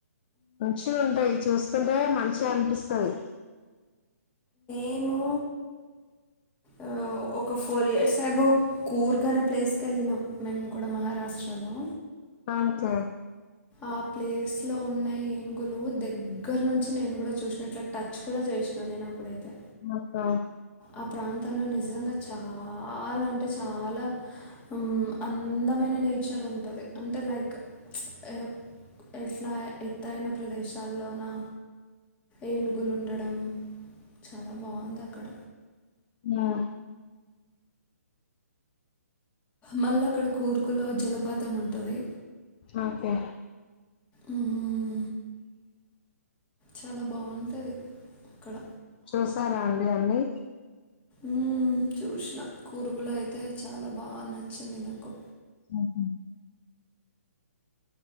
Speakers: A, on the left (about 40°); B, on the left (about 15°).
A: మంచిగా ఉంటాయి చూస్తుంటేనే మంచిగా అనిపిస్తది
B: మేము ఓ ఒక ఫోర్ ఇయర్స్ ఎగో కూర్గ్ అనే ప్లేస్కి వెళ్ళినాం మేము కూడా మహారాష్ట్రలో
A: మంచెగ్
B: ఆ ప్లేస్ లో ఉన్న ఏనుగులు దగ్గర్నుంచి నేను కూడా చూసిన ఇట్లా టచ్ కూడా చేసినా నేను అప్పుడైతే
A: మొత్త
B: ఆ ప్రాంతంలో నిజంగా చాలా అంటే చాలా ఉమ్ అందమైన నేచర్ ఉంటది అంటే లైక్ ఎ ఎట్లా ఎత్తయిన ప్రదేశాల్లోనా ఏనుగులు ఉండడం చాలా బాగుంది అక్కడ
A: న్యు
B: మళ్ళా అక్కడ కూర్గ్ లో జలపాతం ఉంటది
A: అకే
B: ఉ హు చాలా బావుంటది అక్కడ
A: చూసారా అండి అన్నీ
B: ఉమ్ చూసిన కూర్గ్ లో అయితే చాలా బా నచ్చింది నాకు
A: ఉహ్